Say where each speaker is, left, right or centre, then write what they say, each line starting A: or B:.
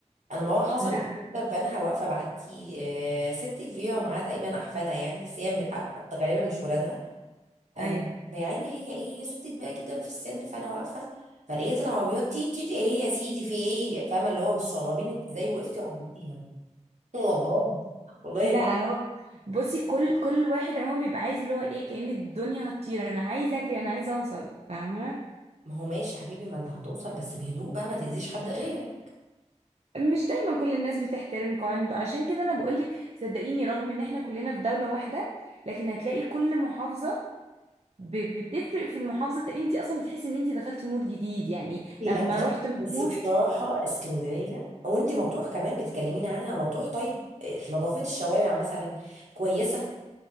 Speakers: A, on the right (about 75°); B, on the right (about 55°).
A: أنا مرة حصل
B: لا
A: الكلام ده في بنها واقفة بعدي آه ست كبيرة ومعاها تقريبا أحفادها يعني بس هي م- آه، غالبا مش ولادها آه
B: ايوه
A: فيعني هي إيه هي ست كبيرة جدا في السن فأنا واقفة فلقيت العربيات تي تي تي، إيه يا سيدي في إيه فاهمة اللي هو مستغربين أنت إزاي وقفتي وعديتيها <laughs> والله والله يا
B: لا هو بصي كل كل واحد عموما بيبقى عايز اللي هو ايه كأن الدنيا هتطير انا عايز اجري انا عايز اوصل فاهمه
A: ما هو ماشي حبيبي ما انت هتوصل بس بهدوء بقى ما تأذيش حد غيرك
B: مش دايما كل الناس بتحترم قواعد عشان كده انا بقولك صدقيني رغم ان احنا كلنا في دولة واحدة لكن هتلاقي كل محافظة ب- بتفرق في المحافظة انت اصلا بتحسي ان انت دخلتي مود جديد يعني
A: إيه،
B: لما
A: لا بس
B: رحت مطروح
A: بس بصراحة اسكندرية وانت مطروح كمان بتكلميني عنها مطروح طيب إيه، نظافة الشوارع مثلا كويسة